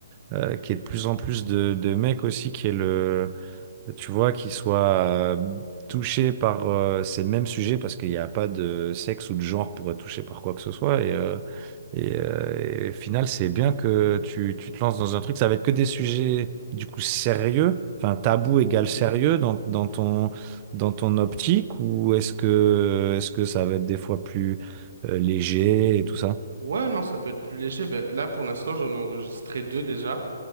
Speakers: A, on the right (about 30°); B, on the right (about 60°).
A: euh, qu'il y ait de plus en plus de, de mecs aussi qui aient le tu vois, qu'ils soient euh, touchés par euh, ces mêmes sujets parce qu'il n'y a pas de sexe ou de genre pour être touché par quoi que ce soit. Et, euh, et, euh, et au final, c'est bien que tu, tu te lances dans un truc. Ça va être que des sujets, du coup, sérieux. Enfin, tabou égale sérieux dans, dans ton, dans ton optique ou est-ce que, est-ce que ça va être des fois plus euh, léger et tout ça?
B: Ouais, non, ça peut être plus léger. Ben, là, pour l'instant, j'en ai enregistré deux déjà.